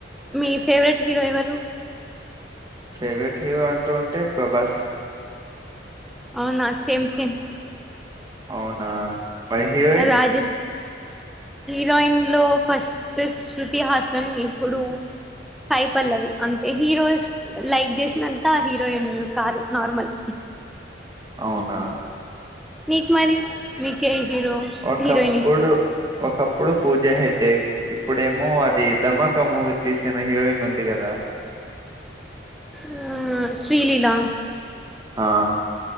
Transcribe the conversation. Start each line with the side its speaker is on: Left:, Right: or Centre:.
Centre: మీ ఫేవరెట్ హీరో ఎవరు
Right: ఫేవరెట్ హీరో అంటూ ఉంటే ప్రభాస్
Centre: అవునా సేమ్ సేమ్
Right: అవునా మరి హీరోయిన్
Centre: రాజ హీరోయిన్ లో ఫస్ట్ శృతి హాసన్ ఇప్పుడు సాయి పల్లవి అంతే హీరోస్ లైక్ చేసినంతా హీరోయిన్ కాదు నార్మల్
Right: అవునా
Centre: నీకు మరి మీకే హీరో
Right: ఒకప్పుడు
Centre: హరోయిన్ ఇష్టం
Right: ఒకప్పుడు పూజా హెగ్డే ఇప్పుడేమో అది ధమాక మూవీ తీసిన హీరోయిన్ ఉంది కదా
Centre: ఉమ్ శ్రీలీలా
Right: ఆ